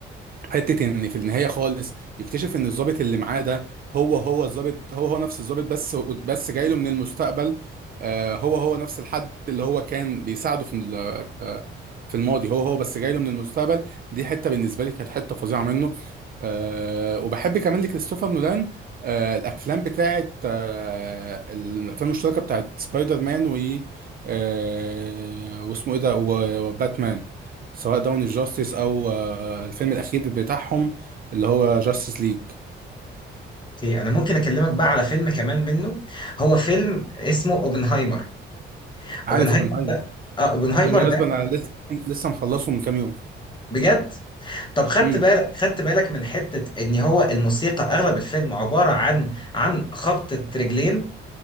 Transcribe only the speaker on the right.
حته ان في النهايه خالص يكتشف ان الضابط اللي معاه ده هو هو الضابط هو هو نفس الضابط بس بس جاي له من المستقبل آه، هو هو نفس الحد اللي هو كان بيساعده في ال- آه، في الماضي هو هو بس جاي له من المستقبل دي حته بالنسبه لي كانت حته فظيعه منه آه، وبحب كمان لكريستوفر نولان آه، الافلام بتاعت آه، الافلام المشتركه بتاعت سبايدر مان و آه، واسمه ايه ده وباتمان سواء داون الجاستس او آه، الفيلم الأخير بتاعهم اللي هو جاستس ليج
عارف
اوبنهايمر
بالمناسبة
أنا لسه <laughs> لسه مخلصه من كام يوم
امم